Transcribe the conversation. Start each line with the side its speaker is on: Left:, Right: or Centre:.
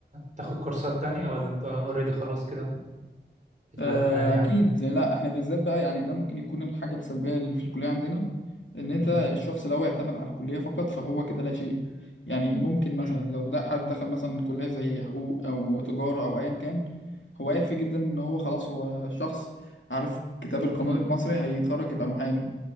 Right: تاخد كورسات تانية ولا انت اوريدي خلاص كده بتبقى
Left: آه،
Right: تمام يعني
Left: اكيد لا احنا بالذات بقى يعني ده ممكن يكون الحاجه السلبيه اللي في الكليه عندنا ان انت
Right: امم
Left: الشخص لو اعتمد على الكليه فقط فهو كده لا شيء يعني ممكن مثلا
Right: امم
Left: لو ده حد دخل مثلا كليه زي حقوق او تجاره او ايا كان هو يكفي جدا ان هو خلاص هو شخص عارف كتاب القانون المصري هيتخرج يبقى محامي